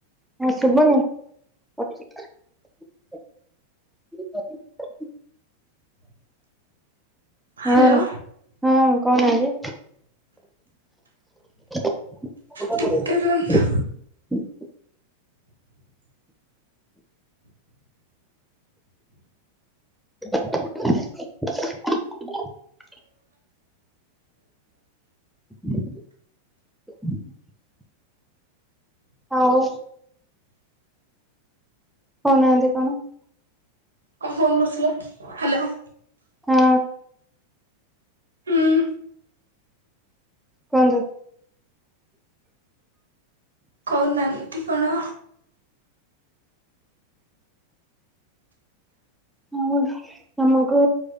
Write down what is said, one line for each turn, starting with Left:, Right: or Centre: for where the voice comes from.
Centre: ହଁ ଶୁଭୁନି। <unintelligible> ହଁ
Right: ହ୍ୟାଲୋ
Centre: ହଁ କହୁନାହାନ୍ତି? <unintelligible>
Right: ଟିକେ ରୁହନ୍ତୁ।
Centre: <unintelligible> <unintelligible> ହଉ କହୁନାହାନ୍ତି କଣ?
Right: କଣ ଫୋନ କରୁଥିଲ? ହାଲୋ
Centre: ହଁ
Right: ହୁଁ
Centre: କୁହନ୍ତୁ?
Right: କହୁନାହାନ୍ତି କଣ?
Centre: ଆଉ ତମକୁ